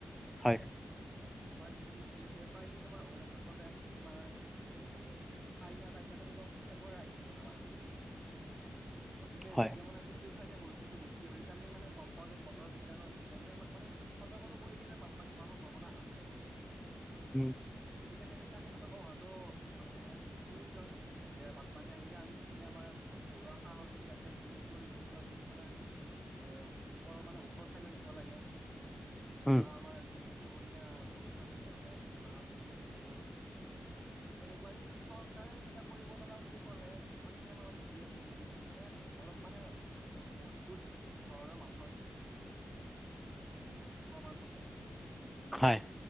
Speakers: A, in the centre; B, on the right (about 55°).
A: হয়,
B: আমাৰ যিখিনি নদী আছে প্ৰায়খিনি তোমাৰ অৰুণাচল প্ৰদেশ তোমাৰ এই চাইনা তাইনা তেনেকুৱা ঠাইপৰা আহিছে মানে আমাৰ নদীখিনিত গতিকে
A: হয়,
B: যেতিয়া মানে সেই। সেইটো চাইদে বৰষু বেছি হয় এতিয়া আমি মানে গম। পাওঁ যে বতৰ বিজ্ঞানৰ বিজ্ঞানীয়ে আমাক মানে সতৰ্কতা কৰি দিয়ে যে বানপানী হোৱাৰ সম্ভাৱনা আছে।
A: উম
B: গতিকে তেনেকৈ আমি সতৰ্ক হোৱাটো মানে প্ৰয়োজন যে বানপানী আহিলে আমি যিখিনি আমাৰ ঘৰুৱা সা সঁজুলি আছে যিখিনি প্ৰয়োজনীয় সেইখিনি মানে আমি এ ওপৰৰ মানে ঔষধ খাই লৈ নিব লাগে
A: উম,
B: বা আমাৰ যিখিনি পোহনীয়া গৰু ছাগলী আছে হাঁ মুৰ্গী আছে সেইবোৰ এনেকুৱা কিন্তু চৰকাৰে এতিয়া কৰিব লগা বুলি ক'লে যিমান খিনি আমাৰ নদী আছে নদী খিনিত মানে অলপ মানে মজবুত ধৰণৰ মাত প্ৰবণ হতে
A: হয়